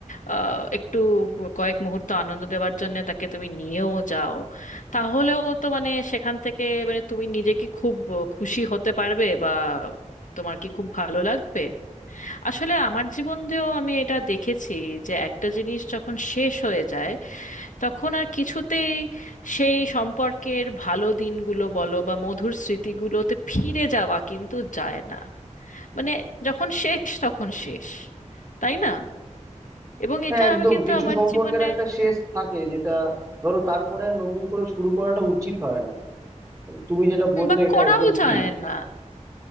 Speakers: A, on the left (about 80°); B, on the right (about 25°).
A: আহ, একটু কয়েক মুহূর্ত আনন্দ দেওয়ার জন্য তাকে তুমি নিয়েও যাও তাহলেও তো মানে সেখান থেকে মানে তুমি নিজে কি খুব খুশি হতে পারবে বা তোমার কি খুব ভালো লাগবে আসলে আমার জীবন দিয়েও আমি এটা দেখেছি যে একটা জিনিস যখন শেষ হয়ে যায় তখন আর কিছুতেই সেই সম্পর্কের ভালো দিনগুলো বলো বা মধুর স্মৃতিগুলোতে ফিরে যাওয়া কিন্তু যায় না মানে যখন শেষ তখন শেষ তাই না এবং
B: হ্যাঁ
A: এটা
B: একদম
A: আমি কিন্তু
B: কিছু
A: আমার
B: সম্পর্কের
A: জীবনে
B: একটা শেষ থাকে যেটা ধরো তারপরে আর নতুন করে শুরু করাটা উচিত হয় না তুমি যেটা
A: হুম,
B: বললে
A: বা
B: এটা
A: করাও
B: একদম
A: যায়
B: ঠিক
A: না